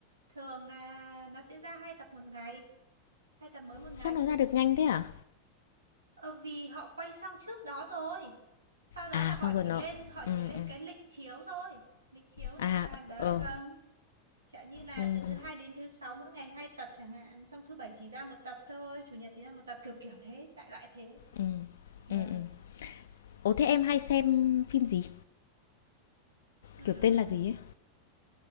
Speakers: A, on the right (about 70°); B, on the left (about 60°).
A: thường là nó sẽ ra hai tập một ngày, hai tập mới một ngày
B: Sao nó ra được nhanh thế à?
A: Ờ, vì họ quay xong trước đó rồi. Sau đó
B: À
A: là họ
B: xong rồi
A: chỉ
B: nó
A: lên họ
B: ừ
A: chỉ lên
B: ừ.
A: cái lịch chiếu thôi. Lịch chiếu là
B: À
A: đấy
B: ờ
A: vâng. Chẳng như là
B: ừ ừ
A: từ thứ hai đến thứ sáu mỗi ngày hai tập chẳng hạn, xong thứ bảy chỉ ra một tập thôi, chủ nhật chỉ ra một tập kiểu kiểu thế, đại loại thế.
B: ừ
A: Vâng.
B: ừ. ừ. Ồ thế em hay xem phim gì?
A: Ừm.
B: Kiểu tên là gì ấy?